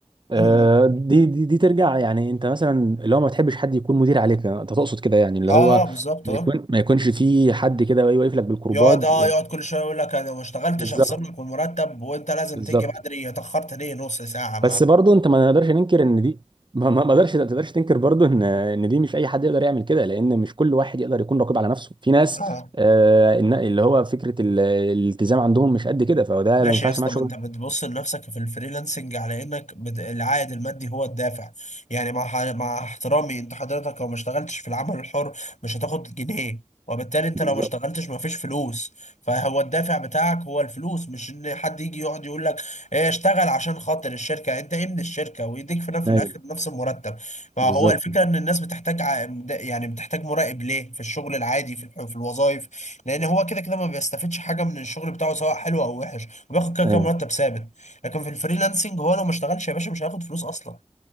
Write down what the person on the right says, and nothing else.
آه، دي دي دي ترجع يعني انت مثلا اللي هو ما تحبش حد يكون مدير عليك انت تقصد كده يعني اللي
هو
ما
يكون ما يكونش في حد كده واقف لك بالكرباج
يعني
بالظبط
بالظبط
بس برضه انت ما نقدرش ننكر ان دي ما ما ما اقدرش ما تقدرش تنكر برضه ان ان دي مش اي حد يقدر يعمل كده لان مش كل واحد يقدر يكون رقيب على نفسه في ناس
آه إن- اللي هو فكره ال- الالتزام عندهم مش قد كده فده
ما ينفعش
معاه
شغل
بالظبط
ايوه
بالظبط
ايوه